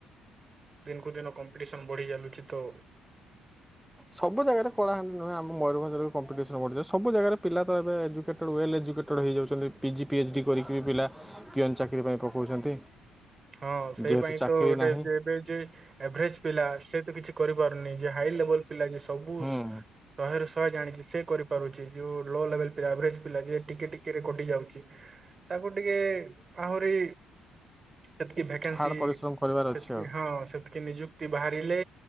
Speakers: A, on the right; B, in the centre.
A: ଦିନକୁ ଦିନ କମ୍ପିଟିସନ ବଢ଼ି ଚାଲୁଛି ତ
B: ସବୁ ଜାଗାରେ କଳାହାଣ୍ଡି ନୁହେଁ ଆମ ମୟୂରଭଞ୍ଜରେ କମ୍ପିଟିସନ ବଢିଯାଉଛି। ସବୁ ଜାଗାରେ ପିଲା ତ ଏବେ ଏଜୁେଟେଡ଼୍ ୱେଲ୍ ଏଜକେଟେଡ଼୍ ହେଯାଉଛନ୍ତି ପିଜି ପିଏଚ୍ କରିକି ବି ପିଲା ପିଅନ ଚାକିରି <unintelligible> ପାଇଁ ପକଉଛନ୍ତି?
A: ହଁ ସେଇ
B: ଯେହେତୁ
A: ପାଇଁ
B: ଚାକିରି
A: ତ ଗୋଟେ
B: ନାହିଁ
A: ଏବେ ଯ ଏଭରେଜ ପିଲା ସେ ତ କିଛି କରିପାରୁନି ଯେ ହାଇଲେବଲ ପିଲା ସବୁ
B: ହୁଁ
A: ଶହେ ରୁ ସ ଜାଣିଛି ସେ କରିପାରୁଛି ଯେଉଁ ଲୋ ଲେବୁଲ୍ ପିଲା ଉପରେ ପିଲା ଯେ ଟିକେ ଟିକେରେ କଟି ଯାଉଛି ତାକୁ ଟିକେ ଆହୁରି ସେତିକି ଭେକେନ୍ସି
B: ହାର୍ଡ଼ ପରିଶ୍ରମ କରିବାର
A: ସେତିକି
B: ଅଛି ଆଉ।
A: ହଁ ସେତିକି ନିଯୁକ୍ତି ବାହାରେ ଲେ